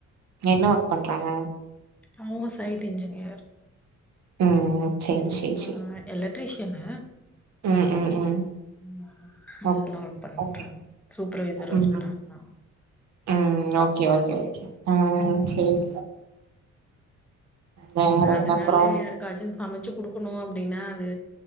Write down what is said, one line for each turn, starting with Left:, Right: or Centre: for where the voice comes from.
Right: என்ன ஒர்க் பண்றாங்க
Centre: அவங்க சைட் இன்ஜினியர்
Right: ம் சேரி
Centre: அவுங்க
Right: சேரி சேரி
Centre: எலக்ட்ரிஷியன்னு
Right: ம் ம் ம்
Centre: ம் <unintelligible>
Right: ஓக்
Centre: ஒர்க் பண்ற
Right: ஓகே
Centre: சூப்பர்வைசரா
Right: ம்
Centre: இருக்கற நா
Right: ம் ஓகே ஓகே ஓகே அ சேரி வேற
Centre: நா அதனால
Right: என்ன அப்றோ
Centre: யாருக்காச்சு சமைச்சு குடுக் குடுக்கணு அப்டின்னா அது